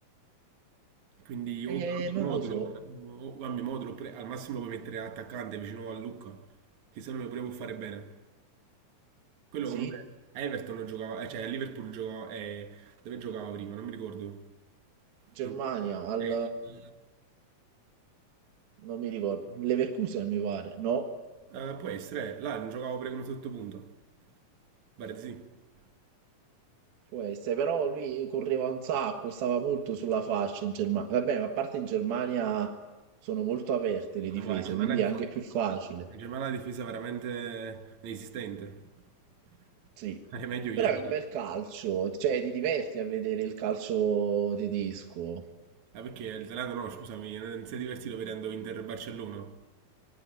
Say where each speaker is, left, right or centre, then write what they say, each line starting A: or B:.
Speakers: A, on the right; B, on the right.
A: Quindi o
B: eh,
A: cambi
B: non
A: modulo,
B: lo so.
A: o cambi modulo, oppure al massimo puoi mettere attaccante vicino a Lucca, che secondo me pure può fare bene. Quello
B: Sì,
A: comunque a Everton non giocava, eh, cioè a Liverpool giocava, eh, dove giocava prima? Non mi ricordo.
B: Germania
A: In-
B: al
A: eh,
B: non mi ricordo, Leverkusen mi pare, no?
A: eh, può essere, eh, là non giocava pure come sottopunto. Pare di sì. Ma
B: Può essere, però lui correva un sacco, stava molto sulla fascia in Germania. Vabbè, ma a parte in Germania sono molto aperte le difese,
A: guarda, cioè, ma
B: quindi
A: la dif-
B: è anche più facile.
A: La Germania è una difesa veramente inesistente. <laughs>
B: Sì.
A: È meglio ieri.
B: Però è un bel calcio, cioè ti diverti a vedere il calcio tedesco.
A: Ah, perché il Zalando no, scusami, non si è divertito vedendo Inter Barcellona.